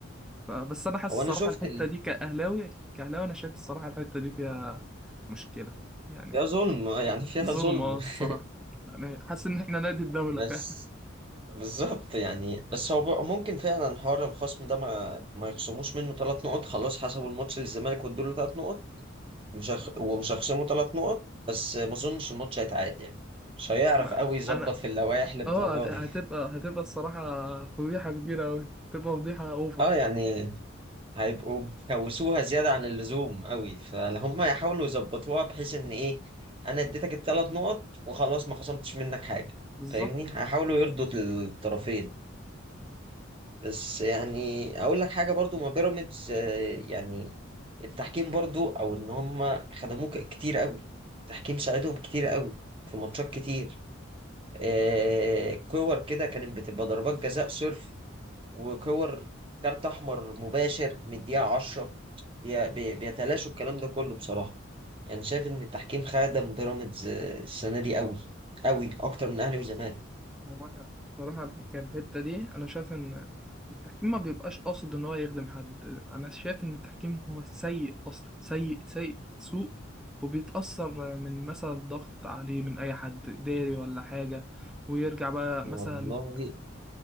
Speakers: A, in the centre; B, on the right.
A: فبس انا حاسس
B: هو
A: الصراحه
B: انا شفت
A: الحته
B: ال...
A: دي كاهلاوي كاهلاوي انا شايف الصراحه الحته دي فيها مشكله يعني
B: فيها ظلم <laughs> يعني فيها
A: ظلم
B: ظلم
A: اه الصراحه
B: <laughs>
A: يعني حاسس ان احنا نادي الدوله
B: بس
A: فعلا
B: بالظبط يعني بس هو بقى ممكن فعلا حوار الخصم ده ما ما يخصموش منه ثلاث نقط خلاص حسبوا الماتش للزمالك وادوا له ثلاث نقط مش هخ... ومش هيخصموا ثلاث نقط بس ما اظنش الماتش هيتعاد يعني مش هيعرف
A: انا
B: قوي يظبط
A: انا
B: في اللوائح للدرجه
A: اه هت- هتبقى
B: دي
A: هتبقى الصراحه فضيحه كبيره قوي هتبقى فضيحه اوفر
B: اه يعني هيبقوا كوسوها زيادة عن اللزوم قوي فهم يحاولوا يظبطوها بحيث ان ايه انا اديتك الثلاث نقط وخلاص ما خصمتش منك حاجة
A: بالظبط
B: فاهمني هيحاولوا يرضوا الطرفين بس يعني اقول لك حاجة برضو ما بيراميدز آه، يعني التحكيم برضو او ان هم خدموه ك- كتير قوي التحكيم ساعدهم كتير قوي في ماتشات كتير آه، كور كده كانت بتبقى ضربات جزاء صرف وكور كارت احمر مباشر من الدقيقه 10 بي- بي- بيتلاشوا الكلام ده كله بصراحه يعني شايف ان التحكيم خادم بيراميدز آه، السنه دي قوي قوي اكتر من اهلي وزمالك
A: هو انا بصراحه الحكايه الحته دي انا شايف ان التحكيم ما بيبقاش قاصد ان هو يخدم حد انا شايف ان التحكيم هو سيء اصلا سيء سيء سوء وبيتاثر من مثلا ضغط عليه من اي حد اداري ولا حاجه ويرجع بقى
B: والله
A: مثلا